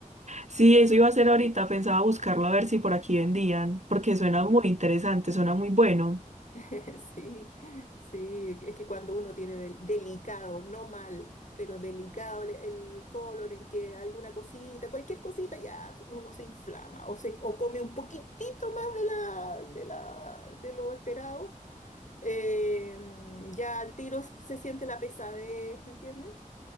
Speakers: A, on the right; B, on the left.
A: Sí, eso iba a ser ahorita, pensaba buscarlo a ver si por aquí vendían, porque suena muy interesante, suena muy bueno.
B: <laughs> Sí, sí, es que cuando uno tiene del- delicado, no mal, pero delicado el, el colon, en que alguna cosita, cualquier cosita, ya uno se inflama o, se, o come un poquitito más de, la, de, la, de lo esperado, eh, ya al tiro se siente la pesadez, ¿me entiendes?